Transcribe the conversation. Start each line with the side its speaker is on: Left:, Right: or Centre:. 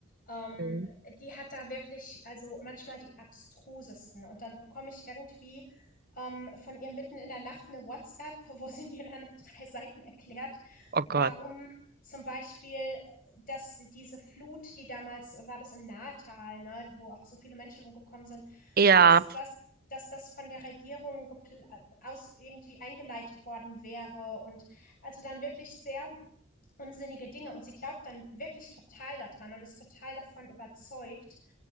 Left: Ähm,
Right: Mhm.
Left: die hat da wirklich, also manchmal die abstrusesten. Und dann bekomme ich irgendwie ähm, von ihr mitten in der Nacht eine WhatsApp, <laughs> wo sie mir dann in drei Seiten erklärt,
Right: Oh Gott.
Left: warum zum Beispiel dass diese Flut, die damals war das im Nahetal, ne, wo auch so viele Menschen umgekommen sind,
Right: Ja,
Left: dass das dass das von der Regierung aus irgendwie eingeleitet worden wäre und also dann wirklich sehr unsinnige Dinge und sie glaubt dann wirklich total daran und ist total davon überzeugt,